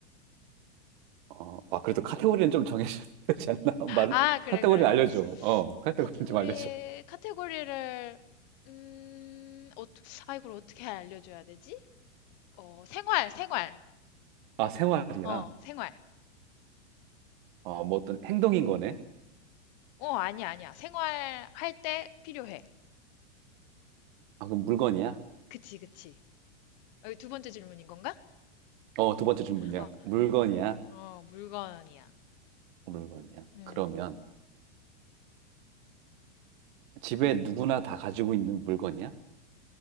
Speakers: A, on the right; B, on the left.
A: 어, 아, 그래도 카테고리는 좀 정해줘야 되지 않나? <laughs> 말,
B: 아, 그래,
A: 카테고리는
B: 그래.
A: 알려줘. 어, 카테고리는
B: 카테고리
A: 좀 알려줘.
B: 카테고리를 음, 어, 아, 이걸 어떻게 알려줘야 되지? 어, 생활, 생활.
A: 아, 생활이야.
B: 어, 생활.
A: 어, 뭐 어떤 행동인 거네?
B: 어, 아니야, 아니야. 생활 할 때 필요해.
A: 아, 그럼 물건이야?
B: 그치, 그치. 어, 두 번째 질문인 건가?
A: 어, 두 번째 질문이야.
B: 어,
A: 물건이야?
B: 어, 물건이야.
A: 물건이야.
B: 음,
A: 그러면 집에 누구나 다 가지고 있는 물건이야?